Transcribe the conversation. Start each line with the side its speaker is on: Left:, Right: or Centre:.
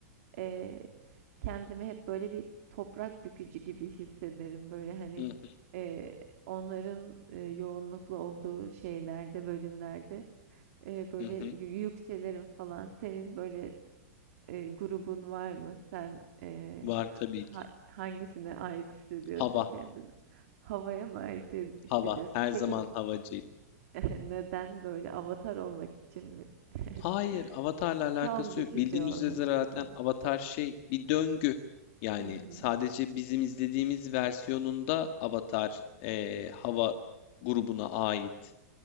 Right: eee, kendimi hep böyle bir toprak bükücü gibi hissederim. Böyle hani
Left: Hı hı,
Right: eee, onların eee, yoğunluklu olduğu şeylerde, bölümlerde eee, böyle
Left: hı hı.
Right: yü- yükselirim falan. Senin böyle eee, grubun var mı? Sen, eee,
Left: Var tabii
Right: ha
Left: ki.
Right: hangisine ait hissediyorsun
Left: Hava,
Right: kendini? Havaya mı ait he hissediyorsun?
Left: hava. Her
Right: Peki,
Left: zaman havacıydı.
Right: <laughs> neden böyle avatar olmak için mi? <laughs>
Left: Hayır, Avatar'la
Right: Son
Left: alakası
Right: bükücü
Left: yok. Bildiğiniz
Right: olmak
Left: üzere zaten
Right: için.
Left: Avatar şey bir döngü. Yani
Right: Hı hı.
Left: sadece bizim izlediğimiz versiyonunda Avatar eee, hava grubuna ait.